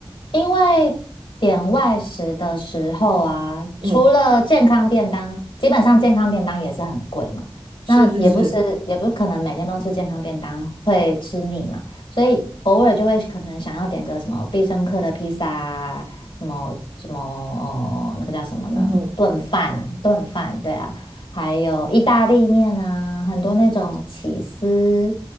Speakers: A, on the left; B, on the right.
A: 因为点外食的时候啊，
B: 嗯，
A: 除了健康便当，基本上健康便当也是很贵嘛。
B: 是是是，
A: 那也不是，也不可能每天都吃健康便当，会吃腻嘛。所以偶尔就会可能想要点个什么必胜客的披萨啊，什么什么哦那个叫什么呢？
B: 嗯哼，
A: 炖饭，炖饭，对啊。还有意大利面啊，很多那种起司，